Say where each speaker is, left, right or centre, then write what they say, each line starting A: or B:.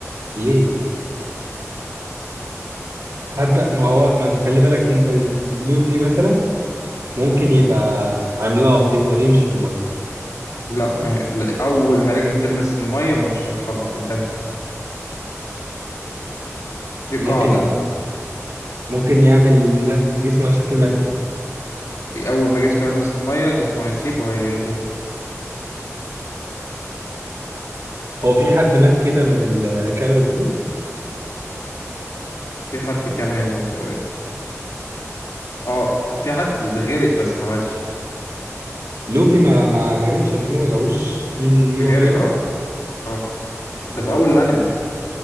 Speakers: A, on the right (about 75°); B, on the left (about 80°).
A: ليه حتى ما هو ما انت خلي بالك م- آه، لوفي مثلا ممكن يبقى عملاق يقدر يمشي في الميه
B: لا ما هي- لا، اول ما رجل تلمس الميه مش هيتحرك انتهت دي
A: ممكن
B: قاعدة
A: ي- ممكن يعمل ن- جسمه على شكل مركب
B: اول ما جسمه يلمس الميه جسمه هيسيب وهيغرق
A: هو في حد مات كده من ال- كانوا الفري
B: في حد كان هيموت تقريبا اه في حد غرق بس ما ماتش
A: لوفي ما ما غرقش قبل كده ما جابوش سين ليه وهو
B: غرق
A: بيغرق
B: اه اه ده في
A: واو
B: اول الانمي